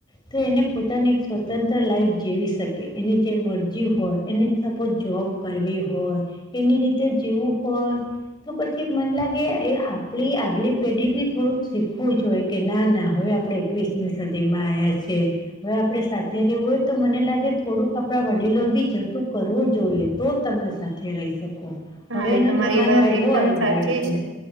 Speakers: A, on the left; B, on the right.
A: તો એને પોતાની એક સ્વતંત્ર લાઈફ જીવી શકે એની જે મરજી હોય એને સપોઝ જોબ, કરવી હોય એની રીતે જેવું હોય, તો પછી મને લાગે એ આપણી આગલી પેઢી બી થોડુંક શીખવું જોઈએ કે ના ના હવે આપણે, એકવીસમીસદીમા આવ્યા છે. હવે આપણે સાથે રહીએ તો મને લાગે થોડુંક આપણા વડીલો બી જતું કરવું જોઈએ તો, તમે સાથે રહી શકો
B: હા
A: હવે
B: એ
A: એનો
B: તમારી
A: જમાનો
B: વાત
A: એવો
B: એકદમ
A: આવી
B: સાચી
A: ગયો છે,